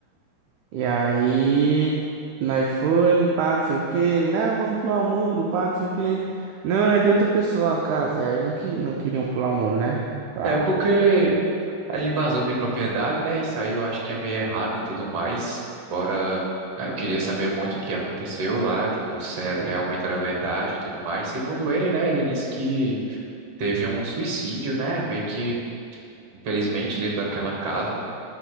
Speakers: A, on the right; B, on the right.
A: E aí, nós foi, pá, não sei o quê. Não, vamos pular o muro, pá, não sei o quê. Não, é de outra pessoa a casa. E aí não, que, não queriam pular o muro, né? Pá.
B: É, porque a invasão de propriedade, né? Isso aí eu acho que é meio errado e tudo mais. Bora, eu queria saber muito o que aconteceu lá, tipo, se era- realmente era verdade e tudo mais. Segundo ele, né? Ele disse que teve um suicídio, né? Meio que, infelizmente, dentro daquela casa.